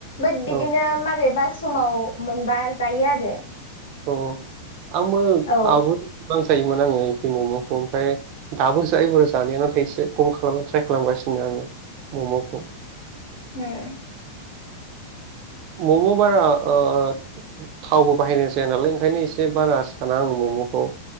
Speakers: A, on the left (about 70°); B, on the right (about 45°).
A: बोट बिदिनो
B: औ
A: माबेबा समाव मोनबा जायो आरो।
B: औ आंबो
A: औ
B: आवगोल गोबां जायोमोन आंङो इदि मम'खौ ओमफाय दाबो जायो बोरोय जानाया नाथाय एसे खम खालामनो ट्राय खालामगासिनो आंङो मम'खौ।
A: उम।
B: मम' बारा ओ थावबो बाहायनाय जाया नालाय ओंखायनो एसे बारा साना आं मम'खौ।